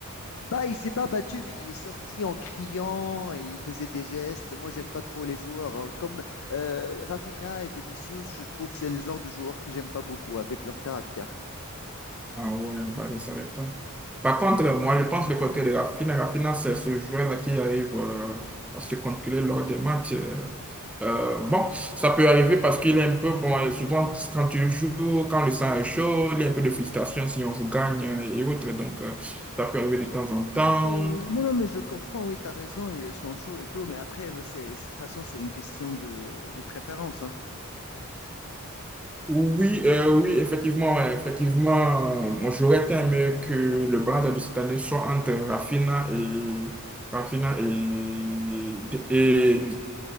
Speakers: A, on the left (about 65°); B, in the centre.
A: bah, il s'est pas battu, mais il est sorti en criant et il faisait des gestes. Moi, j'aime pas trop les joueurs. hein. Comme euh, Rafinha et Vinicius, je trouve c'est le genre de joueurs que j'aime pas beaucoup avec leur caractère.
B: Ah ouais, bah, je ne savais pas. Par contre, euh, moi, je pense le côté de Rafinha. Rafinha, c'est ce joueur-là qui arrive euh, à se contrôler lors des matchs. euh. Euh, bon, ça peut arriver parce qu'il est un peu bon. et souvent, quand tu joues, quand le sang est chaud, il y a un peu de frustration si on vous gagne euh, et autres. Donc, euh,
A: Mm.
B: ça peut arriver de temps en temps.
A: Oh, euh, non, non, mais je comprends, oui, tu as raison, il est chaud et tout, mais après, euh, c'est, de toute façon, c'est une question de, de préférence, hein.
B: Oui, euh, oui, effectivement, ouais, effectivement, euh, moi j'aurais aimé que le Barça de cette année soit entre Rafinha et Rafinha et, et